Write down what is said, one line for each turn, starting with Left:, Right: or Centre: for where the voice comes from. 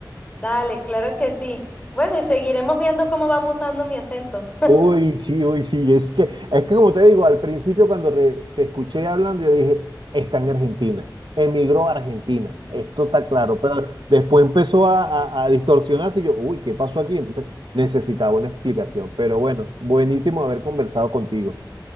Left: dale, claro que sí. Bueno, y seguiremos viendo cómo va mutando mi acento.
Right: Uy, sí, uy, sí, es que, es que como te digo, al principio cuando re- te escuché hablando, yo dije, está en Argentina, emigró a Argentina, esto está claro, pero después empezó a, a- a distorsionarse y yo, uy, ¿qué pasó aquí? Entonces necesitaba una explicación, pero bueno, buenísimo haber conversado contigo.